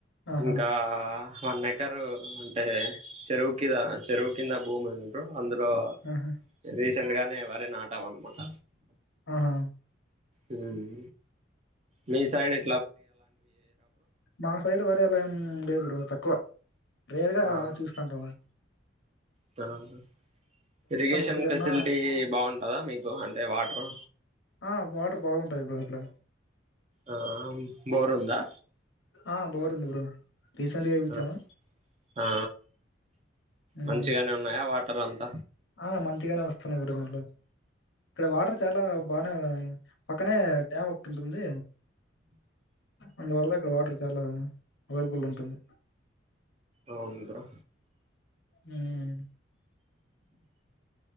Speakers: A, on the left; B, on the right.
A: ఆహా
B: ఇంకా, వన్ ఎకర్ అంటే, చెరువు కిదా, చెరువు కింద భూమి ఉంది బ్రో. అందులో
A: ఆహా
B: రే. <unintelligible> చెంద్గానే వరినటం నాటం అనుకుంట
A: ఆహా
B: హ్మ్ మీ సైడ్ ఎ
A: మా సైడ్ వరి అలా ఏం లేేదు బ్రో తక్కువ రేరుగా
B: ఆ
A: చూస్తుంటాము
B: <unintelligible> ఇరిగేషన్
A: మొక్కజొన్న
B: ఫెసిలిటీ బావుంటదా మీకు అంటే వాటర్
A: ఆ వాటర్ బాగుంటాయి బ్రో ఇక్కడ
B: ఆ ఆ బోర్ ఉందా
A: ఆ బోర్ ఉంది బ్రో రీసెంట్ గా ఇప్పించాము
B: అ ఆ
A: ఉమ్,
B: మంచిగానే ఉన్నాయా వా టర్ అంత
A: ఆ మంచిగానే వస్తున్నాయి బ్రో దాంట్లో ఇక్కడ వాటర్ చాలా బానే పక్కనే డ్యామ్ ఉంటుంది అందువల్ల ఇక్కడ వాటర్ చాలా అవైలబుల్ ఉంటుంది
B: అవును బ్రో
A: హ్మ్